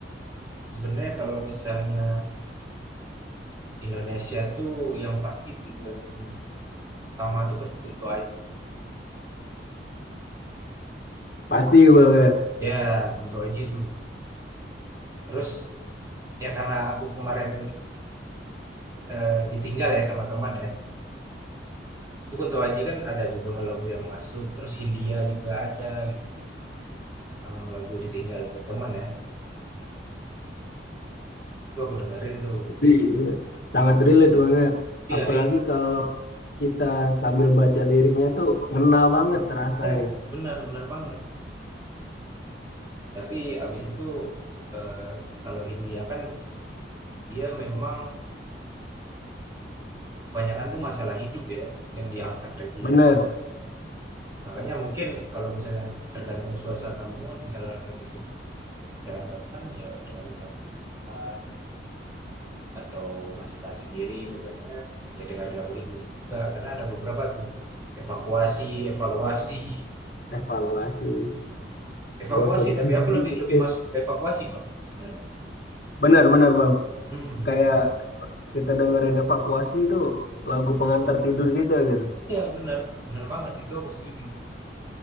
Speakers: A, on the right (about 20°); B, on the left (about 50°).
A: Sebenarnya kalau misalnya Indonesia tuh yang pasti tujuan pertama tuh pasti Kunto Aji.
B: Pasti bang ya,
A: Ya, Kunto Aji tuh. Terus ya karena aku kemarin eh, ditinggal ya sama teman ya. Itu Kunto Aji kan ada juga lagu yang masuk, terus Hindia juga ada gitu. Tentang lagu ditinggal dari teman ya. Itu aku dengerin tuh.
B: Pasti. Iya. sangat
A: Eh,
B: relate banget.
A: Iya,
B: Apalagi
A: relate.
B: kalau kita sambil baca liriknya tuh ngena banget rasanya.
A: Ya, benar benar banget. Tapi abis itu eh, kalau India kan dia memang kebanyakan tuh masalah hidup ya yang diangkat dari dia.
B: Bener,
A: Makanya mungkin kalau misalnya tergantung suasana mood, misalnya lagi sedih pikiran teman ya dengerin lagu India atau masalah sendiri misalnya ya dengerin lagu India juga karena ada beberapa tuh evakuasi, evaluasi,
B: evaluasi,
A: evakuasi
B: gosok
A: tapi
B: gigi.
A: aku lebih lebih masuk ke evakuasi bang sebenarnya.
B: Bener, bener bang.
A: Hmm,
B: Kayak kita dengerin evakuasi itu lagu pengantar tidur kita gitu.
A: iya benar benar banget itu aku setuju.